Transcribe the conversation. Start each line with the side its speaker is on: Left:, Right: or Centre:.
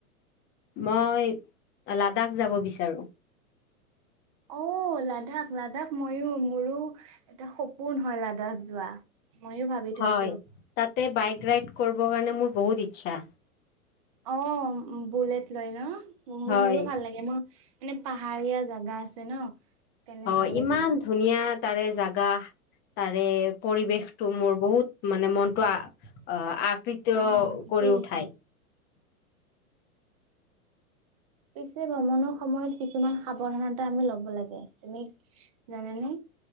Left: মই লাডাখ যাব বিচাৰো।
Right: অঁ লাডাখ লাডাখ মইও মোৰো এটা সপোন হয় লাডাখ যোৱা। মইয়ো ভাবি থৈছো।
Left: হয় তাতে বাইক ৰাইড কৰিবৰ কাৰণে মোৰ বহুত ইচ্ছা।
Right: অঁ বুলেট লৈ ন
Left: হয়
Right: মোৰো ভাল লাগে। মা নে পাহাৰীয়া জাগা আছে ন। তেনে
Left: অ
Right: ভাল লাগে
Left: ইমান
Right: বহুত।
Left: ধুনীয়া তাৰে জাগা। তাৰে পৰিৱেশটো মোৰ বহুত মানে মনটো আ আ কৃতয়
Right: অ', ঠিকেই
Left: কৰি উঠায়।
Right: দিছা। পিছে ভ্ৰমণৰ সময়ত কিছুমান সাৱধানতা আমি ল'ব লাগে। তুমি জানা নে?